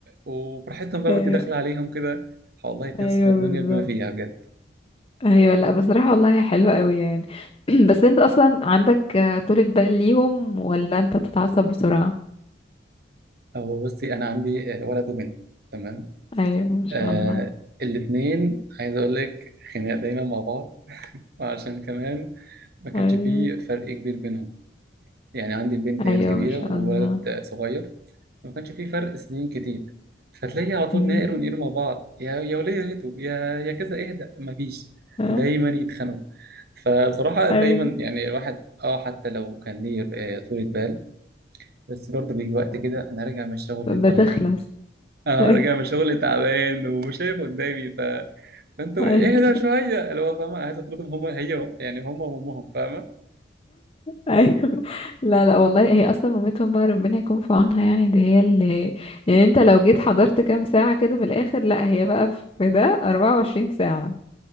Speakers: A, on the right; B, on the left.
A: وفرحتهم بقى
B: ايوه
A: وانت داخله عليهم كده والله تصفى
B: ايوه
A: الدنيا
B: بالظبط
A: بما فيها بجد
B: ايوه لا بصراحة والله حلوة قوي يعني <clears throat> بس انت اصلا عندك آه، طولة بال ليهم ولا انت بتتعصب بسرعة
A: هو بصي انا عندي آه، ولد وبنت تمام
B: ايوه ما شاء
A: آه
B: الله
A: الاثنين عايز اقول لك خناق دايما مع بعض عشان كمان ما كانش
B: ايوه
A: فيه فرق كبير بينهم يعني عندي البنت هي
B: ايوه
A: الكبيرة
B: ما شاء
A: وولد
B: الله
A: صغير ما كانش فيه فرق سنين كتير فتلاقي على طول
B: امم
A: ناقر ونقير مع بعض يا يا ولية اهدوا يا يا كذا اهدى ما فيش
B: ها
A: دايما يتخانقوا فبصراحة دايما
B: ايوه
A: يعني الواحد اه حتى لو كان ليه آه، طولة بال بس برضه بيجي وقت كده انا راجع من الشغل اللي
B: بتخلص
A: طالع عيني اه
B: <laughs> ايوه
A: راجع من الشغل تعبان ومش شايف قدامي ف... فانتوا
B: ايوه
A: اهدى شوية اللي هو فاهمة عايز اطردهم هما هي يعني هما وامهم فاهمة
B: ايوه لا لا والله هي اصلا مامتهم بقى ربنا يكون في عونها يعني دي هي اللي يعني انت لو جيت حضرت كام ساعة كده في الاخر لا هي بقى في ده 24 ساعة